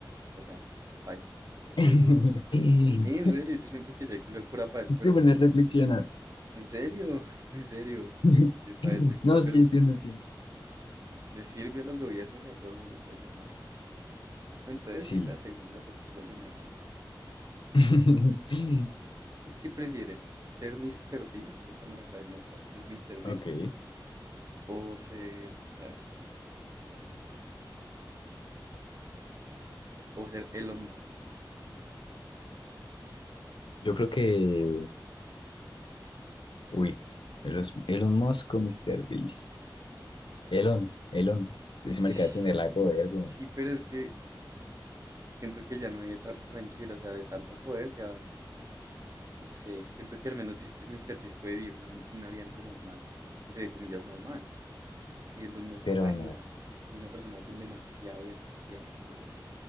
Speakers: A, on the right; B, on the left.
A: O sea, baila. Porque
B: <laughs>
A: eso, sí, en serio, yo siento que ya hay cura, cura para eso, pero
B: Se pone a reflexionar.
A: en serio, <laughs> en serio,
B: <laughs>
A: eh, para eso hay cura,
B: No,
A: pero
B: sí, entiendo, entiendo.
A: le sirve a los gobiernos y a todo el mundo que nos maten. Entonces
B: Sí.
A: sí, la segunda, porque igual me matan.
B: <laughs>
A: ¿Tú qué prefieres? ¿Ser Mr. Beast? Esta me la acabo de inventar. ¿Ser Mr. Beast?
B: Ok.
A: O ser, a ver, ¿quién? Mm, a ver, o ser Elon Musk. <laughs>
B: Yo creo que. Uy, Elon, Elon Musk o Mr. Beast. Elon, Elon. Ese marica
A: Sí,
B: debe tener
A: sí,
B: la de poder, weón.
A: sí, pero es que siento que ya no vive tan tranquilo, o sea, de tanto poder ya No sé, siento que al menos Mr. Mr. Beast puede vivir una, una vida entre normal, entre comillas normal. Elon Musk
B: Pero
A: baila,
B: no.
A: una persona con demasiado, demasiado poder.